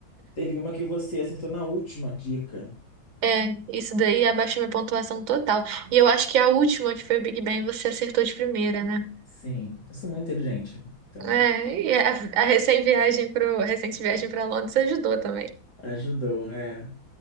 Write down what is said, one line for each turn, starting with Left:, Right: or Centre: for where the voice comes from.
Left: teve uma que você acertou na última dica.
Right: É, isso daí abaixou minha pontuação total. E eu acho que a última, que foi o Big Bang, você acertou de primeira, né?
Left: Sim, eu sou muito inteligente, então
Right: É, e a, a recém viagem pro, a recente viagem para Londres ajudou também.
Left: ajudou, é.